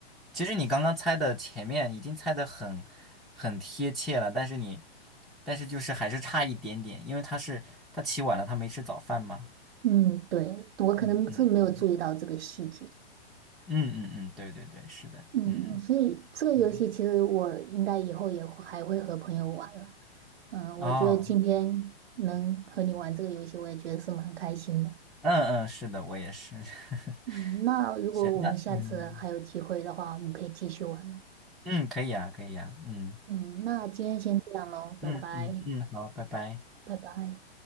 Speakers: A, in the centre; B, on the right (about 75°).
A: 其实你刚刚猜的前面已经猜的很很贴切了，但是你但是就是还是差一点点，因为他是他起晚了，他没吃早饭嘛。
B: 嗯对，我可能是没有注意到这个细节。
A: 嗯嗯嗯嗯嗯，对对对，是的，
B: 嗯，
A: 嗯
B: 所以这个游戏其实我应该以后也会还会和朋友玩了。
A: 嗯
B: 嗯，
A: 哦，
B: 我觉得今天能和你玩这个游戏，我也觉得是蛮开心的。
A: 嗯嗯，是的，我也是。<laughs>
B: 嗯，那如果我们下次还有机会的话，
A: 行，那嗯
B: 我们可以继续玩了。
A: 嗯，可以啊，可以啊，嗯。
B: 嗯，那今天先这样喽，拜拜。
A: 嗯嗯嗯，好，拜拜。
B: 拜拜。